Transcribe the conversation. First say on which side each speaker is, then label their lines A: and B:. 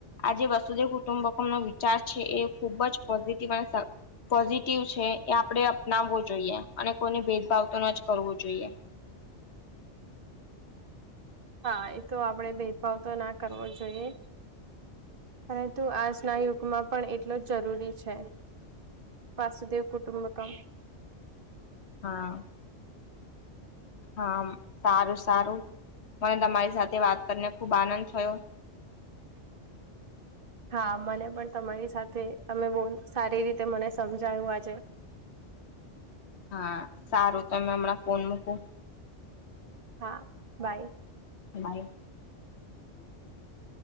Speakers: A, on the left; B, on the right.
A: આજે વસુદેવ કુટુંબકમ નો વિચાર છે. એ ખુબ જ પોઝિટિવ અને. પોઝિટિવ છે. એ આપણે અપનાવવો જોઈએ. અને કોઈને ભેદભાવ તો ન જ કરવો જોઈએ.
B: હા! એ તો આપણે ભેદભાવ તો ના કરવો જોઈએ. પરંતુ આજના યુગમાં. પણ એટલો જ જરૂરી છે. વાસુદેવ કુટુંબકમ.
A: હા! હા! સારું સારું. મને તમારી સાથે વાત કરીને ખુબ આનંદ થયો.
B: હા! મને પણ તમારી સાથે તમે બહુ સારી રીતે મને સમજાવ્યું આજે.
A: હા! સારું. તો હવે હમણાં ફોન મૂકું.
B: હા બાઈ.
A: બાય.
B: <inaudible>